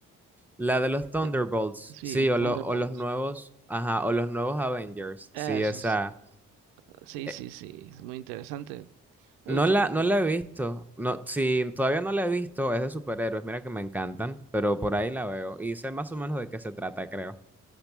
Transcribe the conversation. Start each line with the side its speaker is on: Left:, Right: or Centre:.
Centre: La de los Thunderbolts,
Right: Eh, Sí,
Centre: sí, o,
Right: Thunderbolt.
Centre: lo- o los nuevos, ajá, o los nuevos Avengers,
Right: Eso,
Centre: sí, esa.
Right: es- sí,
Centre: eh,
Right: sí, sí, es muy interesante. Me
Centre: no
Right: gustaría
Centre: la, no
Right: verla.
Centre: la he visto, no, sí, todavía no la he visto, es de superhéroes, mira que me encantan, pero por ahí la veo y sé más o menos de qué se trata, creo.